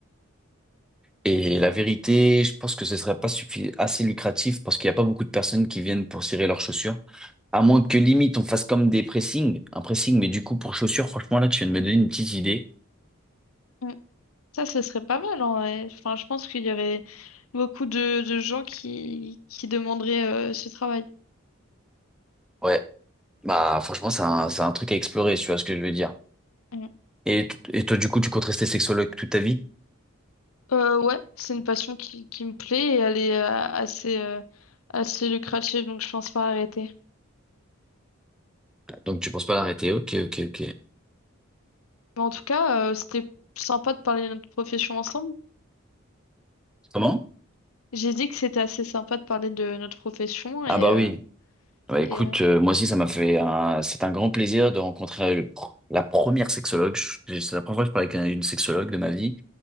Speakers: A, in the centre; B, on the left.
A: Et la vérité, je pense que ce serait pas suffi- assez lucratif parce qu'il n'y a pas beaucoup de personnes qui viennent pour cirer leurs chaussures. À moins que limite on fasse comme des pressings, un pressing, mais du coup pour chaussures, franchement là tu viens de me donner une petite idée.
B: Mm. Ça, ce serait pas mal en vrai. Enfin, je pense qu'il y aurait beaucoup de, de gens qui, qui demanderaient euh, ce travail.
A: Ouais, bah franchement c'est un, c'est un truc à explorer, tu vois ce que je veux dire.
B: Mm.
A: Et, t- et toi du coup tu comptes rester sexologue toute ta vie?
B: Euh, ouais, c'est une passion qui, qui me plaît et elle est euh, assez, euh, assez lucrative, donc je pense pas arrêter.
A: Donc tu penses pas l'arrêter, ok ok ok.
B: Mais en tout cas, euh, c'était sympa de parler de notre profession ensemble.
A: Comment?
B: J'ai dit que c'était assez sympa de parler de notre profession
A: Ah
B: et,
A: bah
B: euh,
A: oui. Bah écoute,
B: et, euh,
A: euh, moi aussi ça m'a fait un... C'est un grand plaisir de rencontrer le pr- la première sexologue. Je- C'est la première fois que je parle avec un- une sexologue de ma vie.